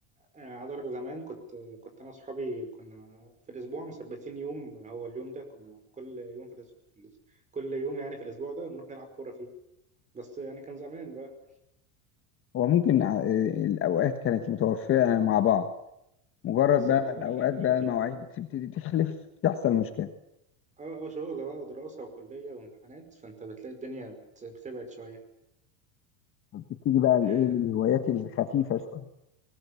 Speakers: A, on the right (about 15°); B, on the left (about 30°).
A: آه، عايز اقول لك زمان كنت كنت انا واصحابي كنا في الاسبوع مثبتين يوم هو اليوم ده كنا كل يوم في الاسبوع كل يوم يعني في الاسبوع ده نروح نلعب كورة فيه بس يعني كان زمان بقى
B: هو ممكن ع- الاوقات كانت متوفقة مع بعض مجرد
A: بالظبط
B: بقى ما
A: اه
B: الاوقات
A: لكن دلوقتي
B: بقى المواعيد تبتدي تخلف بتحصل مشكلة
A: اه اه شغل بقى ودراسة وكلية وامتحانات فانت بتلاقي الدنيا بت... بتبعد شوية
B: بتبتدي بقى الايه
A: اه,
B: للهوايات الخفيفة شوية